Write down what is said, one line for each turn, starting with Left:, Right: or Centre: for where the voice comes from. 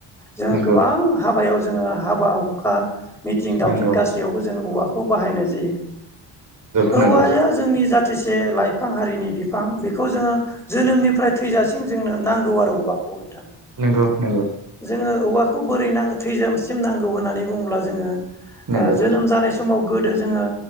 Centre: जोङो
Right: नोंगौ
Centre: गोबां हाबायाव जोङो हाबा हुखा मिथिं दावथिं
Right: नोंगौ नोंगौ
Centre: गासैयावबो जोङो औवाखौ बाहायनाय जायो।
Right: नोंगौ
Centre: औवाया जोंनि जाथिसे लाइफां हारिनि बिफां बेखौ जोङो जोनोमनिफ्राय थैजासिम जोंनो नांगौ आरो औवाखौ नोंथां,
Right: नंगौ नंगौ
Centre: जोङो औवाखौ बोरै नांगौ थैजोमसिम नांगौ होननानै बुङोब्ला जोङो
Right: नोंगौ
Centre: जोनोम जानाय समाव, गोदो जोङो